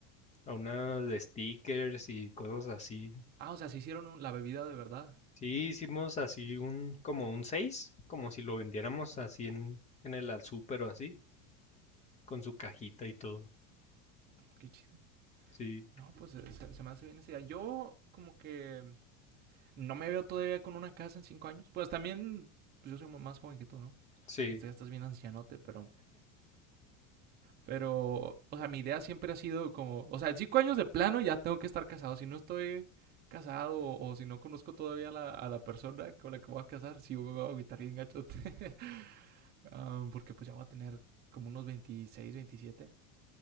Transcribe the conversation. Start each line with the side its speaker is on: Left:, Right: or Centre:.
Left: a unas de stickers y cosas así.
Right: Ah, o sea, se hicieron un- la bebida de verdad.
Left: Sí, hicimos así un, como un 6 como si lo vendiéramos así en, en el al súper o así, con su cajita y todo.
Right: Qué chido.
Left: Sí,
Right: No, pues se, se me hace bien esa idea. Yo como que no me veo todavía con una casa en cinco años. Pues también, pues yo soy más joven que tú, ¿no?
Left: sí.
Right: Tú ya estás bien ancianote, pero... Pero, o sea, mi idea siempre ha sido como... O sea, en cinco años de plano ya tengo que estar casado. Si no estoy casado o, o si no conozco todavía la, a la persona con la que voy a casar, sí voy a agüitar bien gachote. <laughs> um, porque pues ya voy a tener como unos 26 veintisiete